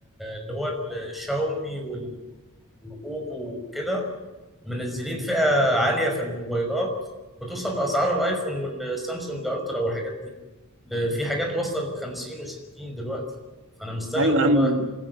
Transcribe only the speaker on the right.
ايوه
يا عم